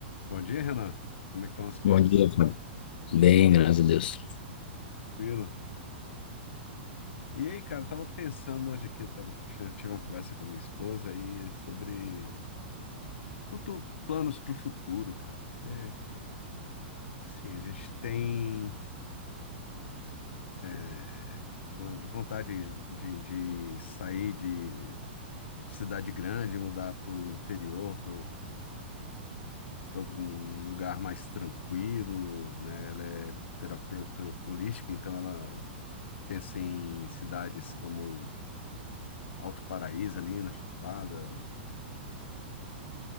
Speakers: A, on the left; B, on the left.
A: Bom dia, Renan. Como é que estão as coisas?
B: Bom dia, Fábio. Bem, graças a Deus.
A: Tranquilo? E aí, cara, eu tava pensando hoje aqui, eu tava, tinha- tive uma conversa com minha esposa aí sobre futu- planos para o futuro, cara. É, sim, a gente tem é, alguma vontade de, de sair de cidade grande, mudar para o interior, para algum lugar mais tranquilo, né? Ela é terapeuta holística, então ela pensa em cidades como Alto Paraíso ali na Chapada,